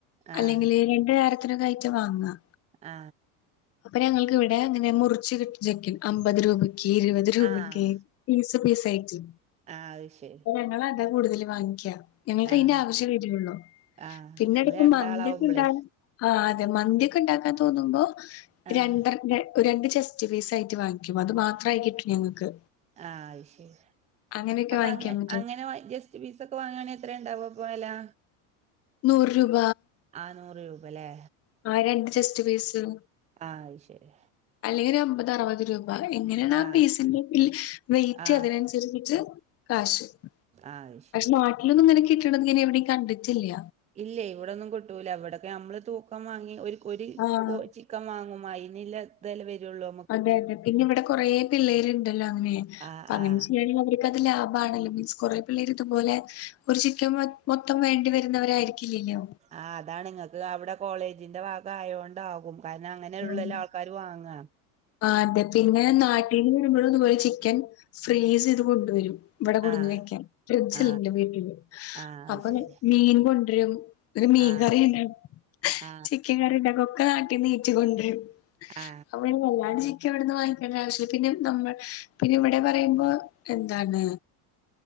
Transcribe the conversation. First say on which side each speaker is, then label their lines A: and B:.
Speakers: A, on the left; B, on the right.
A: അല്ലെങ്കിൽ
B: ആഹ്
A: രണ്ടു നേരത്തിനൊക്കെ അയിറ്റം വാങ്ങുക
B: ആ
A: അപ്പൊ ഞങ്ങൾക്കവിടെ അങ്ങനെ മുറിച്ച് കിട്ടിരിക്കും അമ്പത് രൂപയ്ക്ക് ഇരുപത് രൂപക്കെ
B: ആഹ്
A: പീസ് പീസായിട്ട്
B: അ അത് ശരി
A: അപ്പ ഞങ്ങൾ അതാ കൂടുതൽ വാങ്ങിക്കുക, ഞങ്ങൾക്ക്
B: ആഹ്
A: അതിന്റെ ആവശ്യമേ വീട്ടിലുള്ളു.
B: ആഹ്
A: പിന്നെ
B: ഇങ്ങള്
A: ഇടയ്ക്ക്
B: രണ്ടാളാവുമ്പളേ
A: മന്തിയക്കെ ഇണ്ടാക്കും ആ അതെ മന്തിയക്കെ ഉണ്ടാക്കാൻ തോന്നുമ്പോ
B: ആഹ്
A: രണ്ട രണ്ട് ചെസ്റ്റ് പീസ് ആയിട്ട് വാങ്ങിക്കും അത് മാത്രമായി കിട്ടും ഞങ്ങൾക്ക്.
B: ആ ശരി
A: അങ്ങനെയൊക്കെ
B: അപ്പൊ
A: വാങ്ങിക്കാൻ
B: അങ്ങ
A: പറ്റും.
B: അങ്ങനെ ജസ്റ്റ് ചെസ്റ്റ് പിസ് ഒക്കെ വാങ്ങാണെ എത്രണ്ടാവും അപ്പ വിലാ
A: നൂറ് രൂപ
B: ആ നൂറ് രൂപ അല്ലേ
A: ആ രണ്ട് ചെസ്റ്റ് പീസും
B: ആഹ് അത് ശരി
A: അല്ലെങ്കിൽ ഒരു അമ്പത് അറുപത് അ എങ്ങനെയാണ് ആ
B: ആഹ്
A: പീസിന്റെ വെയിറ്റ്
B: ആഹ്
A: അതിനനുസരിച്ചിട്ട് കാശ്.
B: ആ ശരി
A: പക്ഷെ നാട്ടിലൊന്നും ഇങ്ങനെ കിട്ടണെ എവിടെയും കണ്ടട്ടില്ല.
B: ഇല്ല ഇവിടൊന്നും കിട്ടൂല അവിടൊക്കെ നമ്മള് തൂക്കം വാങ്ങി ഒരു ഒരു
A: ആഹ്.
B: കോഴി മാങ്ങും മായിനില്ല വില വരുള്ളു
A: അതെ അതെ പിന്നെ ഇവിടെ കൊറേ പിള്ളേരിണ്ടല്ലോ അങ്ങനെ, <unintelligible>
B: ആഹ് ആഹ്
A: ഇത് ലാഭാണല്ലോ മീൻസ് കുറെ പിള്ളേർ ഇതുപോലെ ഒരു ചിക്കൻ മൊത്തം വേണ്ടി വരുന്നവരായിരിക്കില്ലല്ലോ
B: ആ അതാണ് നിങ്ങൾക്ക് അവിടെ കോളേജിന്റെ ഭാഗ ആയണ്ടാകും കാരണം അങ്ങനെ ഉള്ള
A: ആ
B: ആൾക്കാര് വാങ്ങാ
A: ആ അതെ പിന്നെ നാട്ടീന്ന് വരുമ്പ ളും ഇതുപോലെ ചിക്കൻ ഫ്രീസ് ചെയ്ത് കൊണ്ടുവരും. ഇവിടെ കൊടുന്ന്
B: ആ
A: വെക്കാൻ ഫ്രിഡ്ജ്
B: ആ
A: ഇണ്ട് വീട്ടില്
B: ആ അത്
A: അപ്പൊ
B: ശരി
A: മീൻ കൊണ്ടരും ഒരു മീൻ
B: ആ
A: കറി ഉണ്ടാക്കും
B: ആ
A: ചിക്കൻ കറി ഉണ്ടാക്കുംഒക്കെ നാട്ടിന്ന് കേറ്റി ക്കൊണ്ടരും
B: ആ
A: അവന് വല്ലാണ്ട് എവിടെന്ന് വാങ്ങിക്കേണ്ട ആവശ്യം പിന്നെ നമ്മൾ പിന്നെ ഇവിടെ പറയുമ്പോ എന്താണ്.